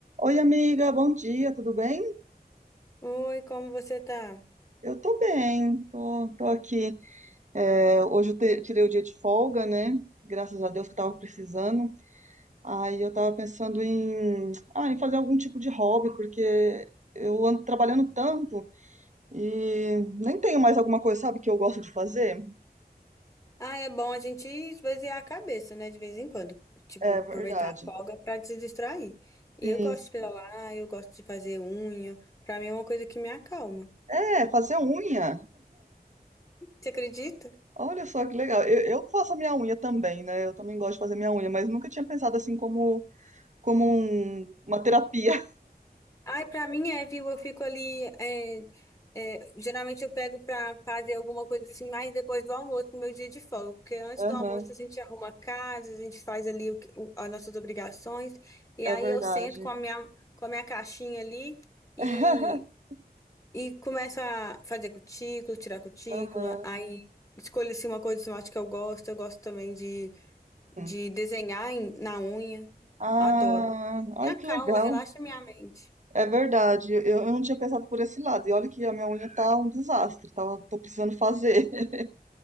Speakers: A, on the right; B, on the left.
A: Oi, amiga, bom dia, tudo bem?
B: Oi, como você tá?
A: Eu tô bem, tô, tô aqui. É, hoje eu te- tirei o dia de folga, né? Graças a Deus que eu tava precisando. Aí eu tava pensando em, ah, em fazer algum tipo de hobby, porque eu ando trabalhando tanto e nem tenho mais alguma coisa, sabe, que eu gosto de fazer?
B: Ah, é bom a gente esvaziar a cabeça, né, de vez em quando. Tipo,
A: É verdade.
B: aproveitar a folga pra se distrair. E
A: Sim.
B: Eu gosto
A: sim.
B: de pedalar, eu gosto de fazer unha. Pra mim é uma coisa que me acalma.
A: É, fazer unha.
B: Você acredita?
A: Olha só que legal. Eu, eu faço a minha unha também, né? Eu também gosto de fazer minha unha, mas nunca tinha pensado assim como, como um- uma terapia.
B: Ai, pra mim é, viu? Eu fico ali. é, é, geralmente eu pego pra fazer alguma coisa assim, mais depois do almoço, no meu dia de folga. Porque antes
A: Aham,
B: do almoço a gente arruma a casa, a gente faz ali o que- o- as nossas obrigações. E
A: é
B: aí
A: verdade.
B: eu sento com a minha, com a minha caixinha ali. E
A: <laughs>
B: E começa a fazer cutícula, tirar cutícula,
A: Aham.
B: aí escolho assim uma cor de esmalte que eu gosto. Eu gosto também de,
A: Sim.
B: de desenhar em- na unha.
A: Ah,
B: Adoro. Me
A: ai
B: acalma,
A: que legal.
B: relaxa minha mente.
A: É verdade. Eu, eu não tinha pensado por esse lado. E olha que a minha unha tá um desastre, tá? Tô precisando fazer. <laughs>